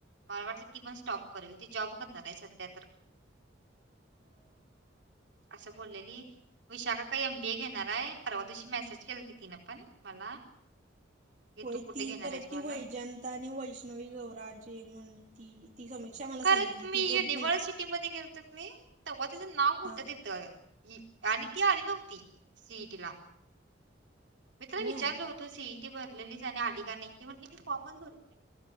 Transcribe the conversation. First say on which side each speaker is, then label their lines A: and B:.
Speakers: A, on the right; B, on the right.
A: मला वाटत ती पण स्टॉप करेल ती जॉब करणार आहे सध्या तर
B: <inaudible>
A: असं बोललेली विशाखा काही एम बी ए घेणार आहे परवा दिवशी मेसेज केली होती तिनं पण मला, की
B: होय
A: तू कुठे
B: ती
A: घेणार
B: परत
A: आहेस
B: ती
A: म्हणून
B: वयजन त्यां आणि वैष्णवी गवराजे म्हण त ती समीक्षा मला सांगितली
A: खरं मी
B: ती
A: युनिव्हर्सिटी
B: दोघी पण
A: मध्ये गेलतो तेघ्हा त्याचं नाव होतं
B: हा
A: तिथं- आणिन ती आली नव्हती सी ई टी ला मी तला
B: होय
A: विचारल होतो सीईटी भरलेलीच आणि आली का नाही त म्हणते मी फॉर्मच भरव नय